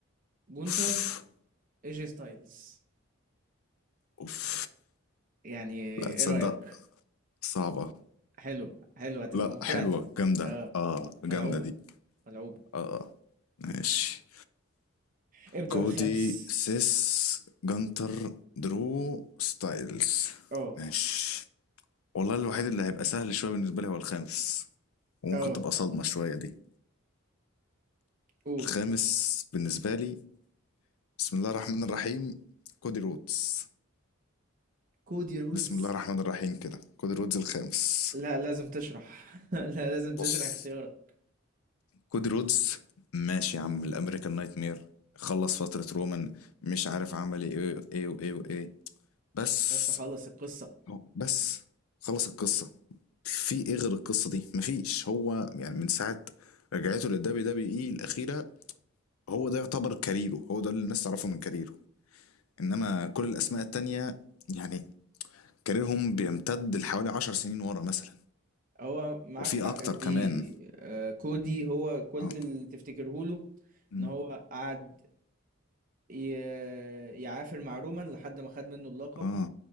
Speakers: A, on the right; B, on the left.
A: جونتر
B: اوف
A: ايجي ستايلز
B: اوف
A: يعني
B: لا تصدق
A: ايه رأيك؟
B: صعبة
A: حلوة حلوة هتبقى
B: لا
A: ممتعة
B: حلوة
A: دي
B: جامدة
A: اه
B: اه
A: ملعوبة
B: جامدة دي
A: ملعوبة
B: اه ماشي
A: ابدأ
B: كودي
A: بالخامس
B: سيس جنتر درو ستايلز
A: اه
B: ماشي والله الوحيد اللي هيبقى سهل شوية بالنسبة لي هو الخامس وممكن
A: اه
B: تبقى صدمة شوية دي
A: قول
B: الخامس بالنسبة لي بسم الله الرحمن الرحيم كودي رودز
A: كودي رودز
B: بسم الله الرحمن الرحيم كده كودي رودز الخامس
A: لا لازم تشرح <laughs> لا لازم تشرح
B: بص
A: اختيارك
B: كودي رودز ماشي يا عم الامريكان نايت مير خلص فترة رومان مش عارف عمل ايه وايه وايه وايه بس
A: بس خلص القصة
B: هو- بس خلص القصة في ايه غير القصة دي مفيش هو يعني من ساعة رجعته للدبليو دبليو اي الأخيرة هو ده يعتبر كاريره هو ده اللي الناس تعرفه من كاريره انما كل الاسماء التانية يعني كاريرهم بيمتد لحوالي عشر سنين ورا مثلا
A: هو معاك
B: وفي
A: حق
B: اكتر
A: في دي
B: كمان
A: آه، كودي هو كل
B: اه
A: اللي تفتكره له
B: م.
A: ان هو قعد ي- يعافر مع رومان لحد ما خد منه اللقب
B: اه